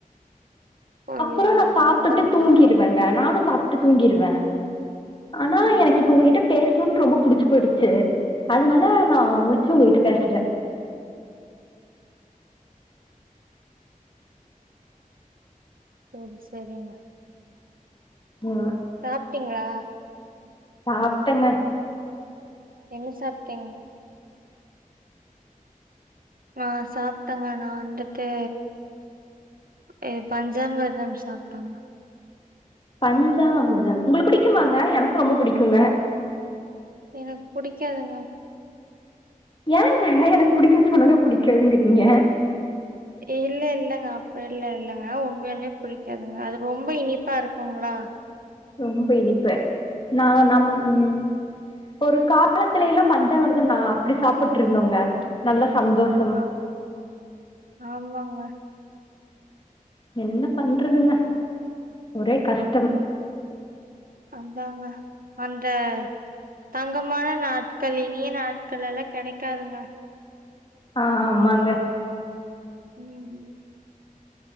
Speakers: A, on the right; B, on the left.
A: ஐயையோ
B: அப்புறொ நா சாப்டுட்டு
A: ரொம்ப நன்றி.
B: தூங்கிருவே வேங்க நானு சாப்ட்டு தூங்கிருவே ஆனா
A: ஆ
B: எனக்கு இப்ப உங்ககிட்ட பேஸ் ட்ருன் ரொம்ப புடிச்சு போயிடுச்சு அதனால நா
A: அ,
B: முலிச்சி உங்ககிட்ட பேசுறே
A: சேரி செரிங்க
B: ஆ
A: சாப்ட்டீங்ளா
B: சாப்ட்டங்க
A: என்ன சாப்ட்டீங் நா சாப்ட்டங்க நா வந்துட்டு ஏ பஞ்சாமிர்தம் சாப்ட்டங்க
B: பஞ்சாமிருதம் உங்களுக் பிடிக்குமாங்க எனக்கு ரொம்ப பிடிக்குங்க
A: எனக் புடிக்காதுங்க
B: ஏங்க எனக்கு புடிக்குன் சொன்னோன புடிக்காதுங்குறீங்க
A: இல்ல இல்லங்க அப்புட்லா இல்லங்க உண்மையாலுமே புடிக்காதுங்க அது ரொம்ப இனிப்பா இருக்குங்ளா
B: ரொம்ப இனிப்ப நா நம் ம் ஒரு காலத்திலேலா பஞ்சாமிரதம்னா அப்பிடி சாப்புட்ருந்தோங்க நல்லா சந்தோஷ்
A: ஆ ஆமாங்க
B: என்ன பண்றதுங்க ஒரே கஷ்டம்
A: அதாங்க அந்த தங்கமான நாட்கள் இனிய நாட்களெல்லா கெடைக்காதுங்க
B: ஆமாங்க
A: ம்